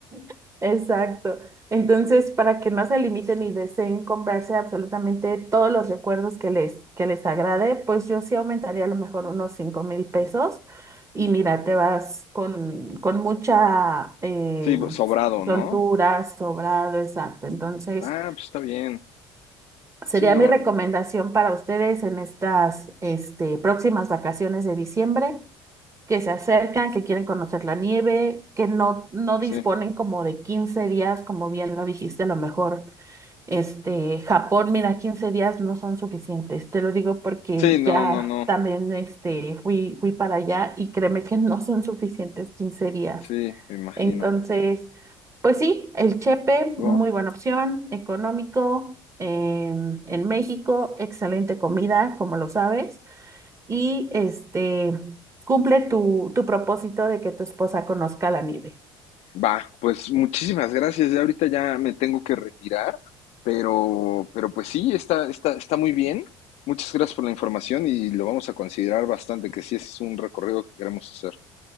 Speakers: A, on the right; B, on the left.
A: <laughs> Exacto. Entonces, para que no se limiten y deseen comprarse absolutamente todos los recuerdos que les, que les agrade, pues yo sí aumentaría a lo mejor unos cinco mil pesos. Y mira, te vas con, con mucha eh,
B: sí, sobrado,
A: soltura,
B: ¿no?
A: sobrado, exacto. Entonces,
B: Ah, pues está bien.
A: sería
B: Sí, no,
A: mi recomendación para ustedes en estas este, próximas vacaciones de diciembre que se acercan, que quieren conocer la nieve, que no, no disponen
B: sí,
A: como de 15 días, como bien lo dijiste, a lo mejor, este, Japón, mira, 15 días no son suficientes. Te lo digo porque
B: sí,
A: ya
B: no, no, no,
A: también, este, fui, fui para allá y créeme que no son suficientes 15 días.
B: sí, me imagino.
A: Entonces, pues sí, el Chepe,
B: Bueno,
A: muy buena opción, económico, em, en México, excelente comida, como lo sabes y este, cumple tu, tu propósito de que tu esposa conozca la nieve.
B: va, pues muchísimas gracias. Ya ahorita ya me tengo que retirar, pero, pero pues sí, está, está, está muy bien. Muchas gracias por la información y lo vamos a considerar bastante, que sí es un recorrido que queremos hacer.